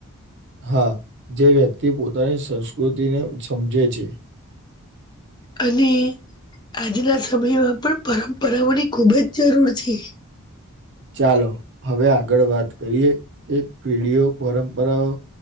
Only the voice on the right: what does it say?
હા જે વ્યક્તિ પોતાની સંસ્કૃતિને સમજે છે.
ચાલો હવે આગળ વાત કરીએ કે પેઢીઓ પરંપરાઓ.